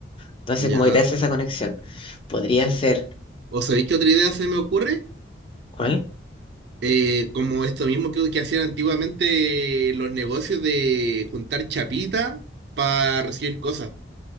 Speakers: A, on the left (about 25°); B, on the right (about 60°).
A: Entonces,
B: ¿Ya?
A: como que te hace esa conexión. Podría ser,
B: ¿O sabéis qué otra idea se me ocurre?
A: ¿cuál?
B: Eh, como esto mismo que, que hacían antiguamente los negocios de juntar chapita para recibir cosas.